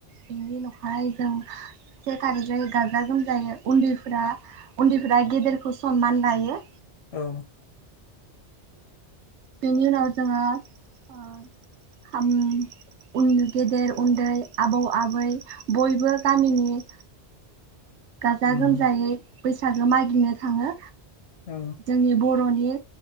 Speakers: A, on the right; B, on the left.
A: बिनि न'खाय जों सि थारिखै गाजा गोमजायो उन्दैफोरा उन्दैफोरा गेदेरखौ सनमान लायो।
B: औ।
A: बेनि उनाव जोङो ओ खाम उन गेदेर उन्दै आबौ आबै बयबो गामिनि गाजा
B: उम
A: गोमजायै बैसागो मागिनो थाङो।
B: औ
A: जोंनि बर'नि